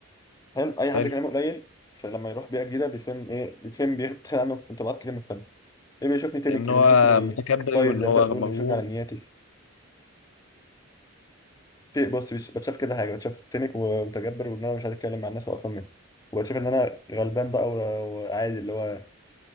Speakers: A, on the left; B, on the left.
A: حلو اي
B: حلو
A: حد كلامه قليل فلما يروح بيئه جديده بيتفهم ايه بيتفهم بيتخيل عنه انطباعات كتير مختلفه اللي بيشوفني تنك
B: ان هو
A: اللي بيشوفني
B: متكبر
A: طيب
B: وان
A: زي
B: هو
A: ما انت بتقول
B: مغرور
A: اللي بيشوفني على نياتي في بص بيش- بتشاف كذا حاجه بتشاف تنك ومتجبر وان انا مش عايز اتكلم مع الناس وقرفان منهم وبتشاف ان انا غلبان بقى و- وعادي اللي هو